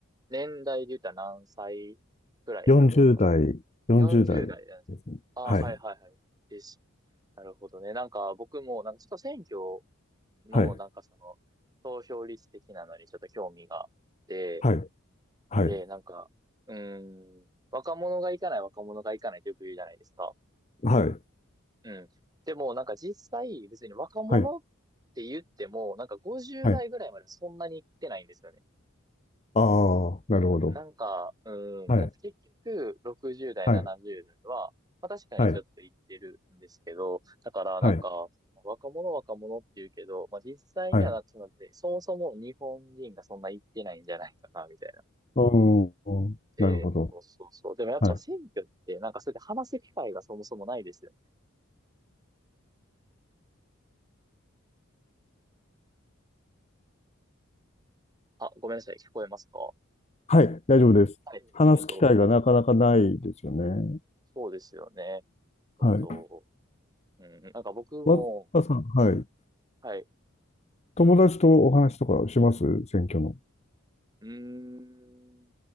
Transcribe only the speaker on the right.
年代で言ったら何歳くらいなんですか
?40 代んですああ、
はいはいはい。です。なるほどね。なんか僕も、なんかちょっと選挙の、
なんかその、投票率的なのにちょっと興味があって、
で、なんか、うーん、若者が行かない若者が行かないってよく言うじゃないですか。
うん。でも、なんか実際、別に若者っ
て言っても、なんか50代ぐらいまでそんなに行ってないんですよね。
なんか、うん、
なんか結局、60代、
70代は、まあ確かにちょっと言ってるんですけど、
だからなんか、
若者若者って言うけど、まあ実際にはなってしまって、
そもそも日本人がそんな言ってないんじゃないかな、みたいな。
で、そうそうそう。でもやっぱ選挙って、
なんかそれで話す機会がそもそもないですよね。あ、ごめんなさい、聞こえますか
はい。
えっと、そうですよね。えっと、
うん、なんか僕も、
はい。
うーん、